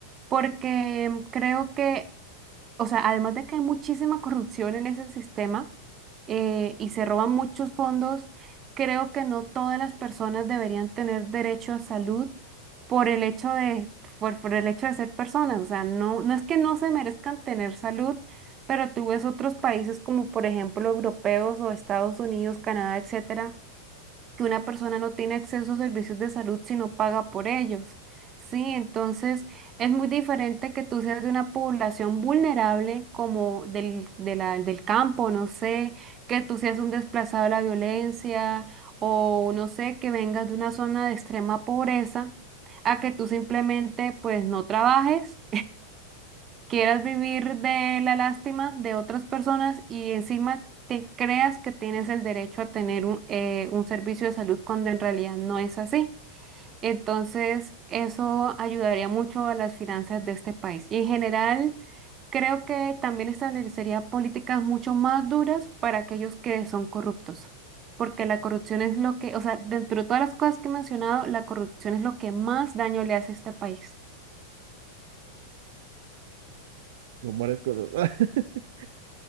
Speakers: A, on the right (about 30°); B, on the right (about 55°).
A: porque creo que o sea, además de que hay muchísima corrupción en ese sistema eh, y se roban muchos fondos, creo que no todas las personas deberían tener derecho a salud por el hecho de, por, por el hecho de ser personas. O sea, no, no es que no se merezcan tener salud, pero tú ves otros países como por ejemplo europeos o Estados Unidos, Canadá, etcétera que una persona no tiene acceso a servicios de salud si no paga por ellos. Sí, entonces es muy diferente que tú seas de una población vulnerable como del, de la- del campo, no sé, que tú seas un desplazado de la violencia o no sé, que vengas de una zona de extrema pobreza, a que tú simplemente pues no trabajes quieras vivir de la lástima de otras personas y encima te creas que tienes el derecho a tener un, eh, un servicio de salud cuando en realidad no es así. Entonces, eso ayudaría mucho a las finanzas de este país. Y en general, creo que también establecería políticas mucho más duras para aquellos que son corruptos. Porque la corrupción es lo que, o sea, dentro de todas las cosas que he mencionado, la corrupción es lo que más daño le hace a este país.
B: Son varias cosas. <laughs>